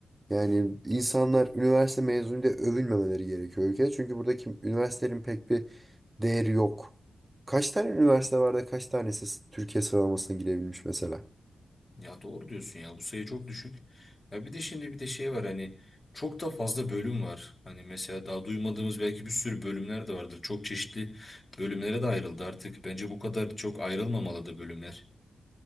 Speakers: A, on the right (about 20°); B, on the left (about 35°).
A: Yani insanlar üniversite mezunuyla övünmemeleri gerekiyor ülkede. Çünkü buradaki üniversitelerin pek bir değeri yok. Kaç tane üniversite var da kaç tanesi s- Türkiye sıralamasına girebilmiş mesela?
B: Ya doğru diyorsun ya bu sayı çok düşük. Ya bir de şimdi bir de şey var hani çok da fazla bölüm var. Hani mesela daha duymadığımız belki bir sürü bölümler de vardır. Çok çeşitli bölümlere de ayrıldı artık. Bence bu kadar çok ayrılmamalı da bölümler.